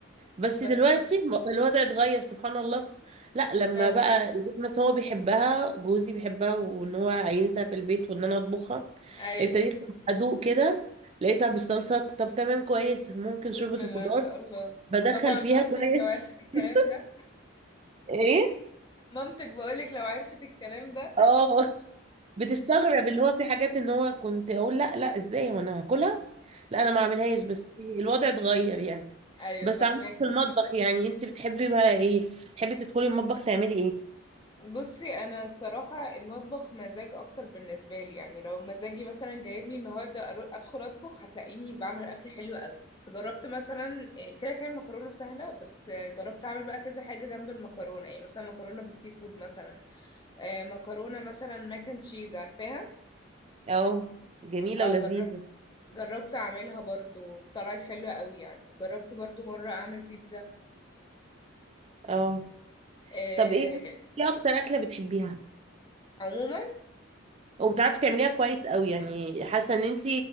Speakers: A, on the right (about 30°); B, on the left (about 20°).
A: بس
B: بس
A: دلوقتي م- الوضع اتغير سبحان الله لا لما
B: ما-
A: بقى البيت مثلا هو بيحبها جوزي بيحبها وان هو عايزها في البيت وان انا اطبخها
B: ايوه
A: ابتديت ادوق كده لقيتها بالصلصه طب تمام كويس ممكن شوربه
B: بسم الله
A: الخضار
B: ما شاء الله
A: بدخل
B: طبعا
A: فيها
B: مامتك
A: كويس
B: لو عرفت الكلام
A: <laughs>
B: ده
A: ايه
B: مامتك بقولك لو عرفت الكلام ده
A: اه بتستغرب اللي هو في حاجات ان هو كنت اقول لا لا ازاي وانا هاكلها لا انا ما اعملهاش بس الوضع اتغير يعني
B: ايوه
A: بس
B: فهماك
A: عموما في المطبخ يعني انت بتحبي بقى ايه بتحبي تدخلي المطبخ تعملي ايه
B: بصي انا الصراحه المطبخ مزاج اكتر بالنسبه لي يعني لو مزاجي مثلا جايبني النهارده أرو- ادخل اطبخ هتلاقيني بعمل اكل حلو قوي بس جربت مثلا إيه، كده كان مكرونه سهله بس آه، جربت اعمل بقى كذا حاجه جنب المكرونه يعني مثلا مكرونه بالسي فود مثلا آه، مكرونه مثلا ماك اند تشيز عارفاها
A: اه جميلة
B: اه
A: ولذيذة
B: جربت جربت اعملها برضو طلعت حلوة قوي يعني جربت برضو مرة اعمل بيتزا
A: اه
B: آه،
A: طب ايه ايه اكتر اكلة بتحبيها
B: عموما
A: وبتعرفي تعمليها كويس قوي يعني حاسة ان انت